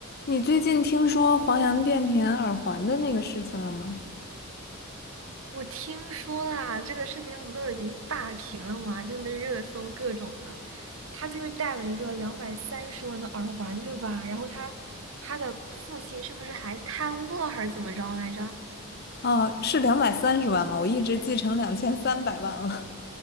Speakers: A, on the left; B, on the right.
A: 你最近听说黄洋钿甜耳环的那个事情了吗？
B: 我听说啦，这个事情不都已经霸屏了吗？就那热搜各种的，他就是戴了一个两百三十万的耳环，对吧？然后他他的父亲是不是还贪污了还是怎么着来着？
A: 哦，是两百三十万吗？我一直记成两千三百万了。